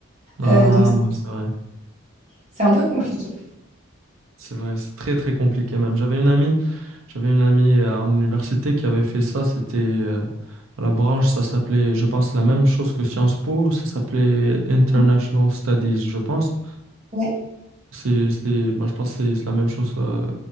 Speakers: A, on the right; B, on the right.
A: Ah,
B: Euh, donc
A: ouais, c'est vrai,
B: c'est un peu compliqué.
A: c'est vrai, c'est très très compliqué même. J'avais une amie, j'avais une amie euh, en université qui avait fait ça. C'était euh, la branche, ça s'appelait, je pense, la même chose que Sciences Po, ça s'appelait International
B: Ouais.
A: Studies, je pense.
B: Ouais.
A: C'est, c'est, moi, je pense que c'est c'est la même chose euh,